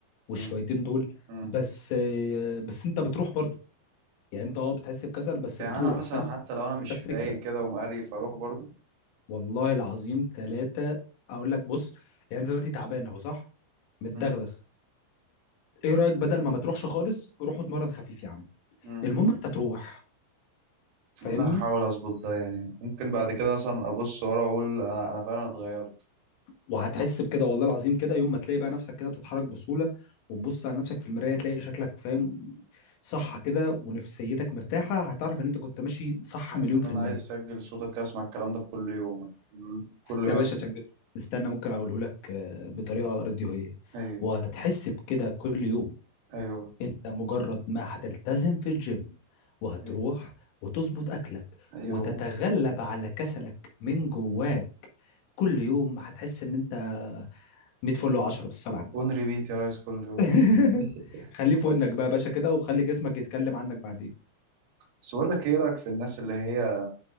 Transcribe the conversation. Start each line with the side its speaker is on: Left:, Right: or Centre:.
Left: والشويتين
Right: مم.
Left: دول
Right: مم.
Left: بس بس أنت بتروح برضو يعني أنت أه بتحس بكسل بس
Right: يعني
Left: بتروح
Right: انا مثلا
Left: فأنت
Right: حتى لو انا مش
Left: فأنت بتكسب
Right: فايق كده ومقريف اروح برضو
Left: والله العظيم ثلاثة أقول لك بص يعني أنت دلوقتي تعبان أهو صح متدغدغ
Right: مم.
Left: إيه رأيك بدل ما ما تروحش خالص روح اتمرن خفيف يا عم
Right: مم.
Left: المهم أنت تروح
Right: والله
Left: فاهمني
Right: هحاول اظبط ده يعني ممكن بعد كده مثلا ابص ورا واقول انا انا فعلا اتغيرت
Left: وهتحس بكده والله العظيم كده يوم ما تلاقي بقى نفسك كده بتتحرك بسهولة وتبص على نفسك في المراية تلاقي شكلك فاهم صح كده ونفسيتك مرتاحة هتعرف ان انت كنت ماشي صح
Right: تحس
Left: مليون
Right: ان
Left: في
Right: انا
Left: المية
Right: عايز اسجل صوتك اسمع الكلام ده كل يوم مم. كل يوم
Left: يا باشا
Right: اسمع
Left: شج... استنى ممكن اقوله لك آه، بطريقة راديوهية
Right: ايوه
Left: وهتحس بكده كل يوم
Right: ايوه
Left: انت مجرد ما هتلتزم في الجيم وهتروح
Right: ايوه
Left: وتظبط اكلك
Right: ايوه
Left: وتتغلب
Right: ايوه.
Left: على كسلك من جواك كل يوم هتحس ان انت 100 فل و10 بالصلاة على النبي
Right: اون ريبيت يا ريس كل يوم
Left: <laughs>
Right: <laughs>
Left: خليه في ودنك بقى يا باشا كده وخلي جسمك يتكلم عنك بعدين
Right: بس بقول لك ايه رايك في الناس اللي هي